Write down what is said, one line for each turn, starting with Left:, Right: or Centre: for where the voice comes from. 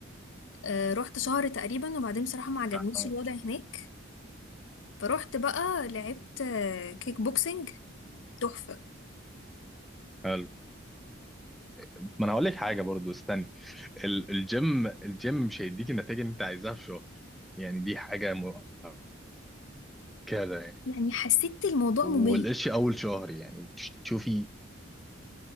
Left: آه، رحت شهر تقريبا وبعدين بصراحه ما عجبنيش
Centre: آه،
Left: الوضع هناك فروحت بقى لعبت آه، كيك بوكسنج تحفه
Centre: حلو ما انا هقول لك حاجة برضو استني ال- الجيم الجيم مش هيديك النتائج اللي انت عايزاها في شهر يعني دي حاجة مؤكدة يعني
Left: يعني حسيت الموضوع
Centre: والقش
Left: ممل
Centre: اول شهر يعني تش- تشوفي